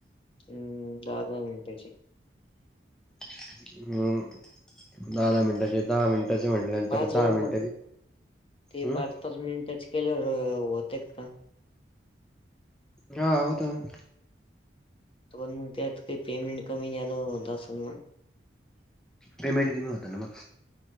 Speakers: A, on the left; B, in the centre.
A: हम्म दहा दहा मिनिटाची.
B: हम्म. दहा दहा मिनिटाचे दहा मिनिटाचे म्हटल्यानंतर
A: पाच
B: दहा
A: वाजता
B: मिनटाचे.
A: ते
B: हं?
A: पाच पाच मिनिटाची केल्यावर होत्यात का?
B: हा होतात.
A: मग त्यात पेमेंट काय कमी जादा होत असेल मग.
B: पेमेंट कमी होतं ना मग.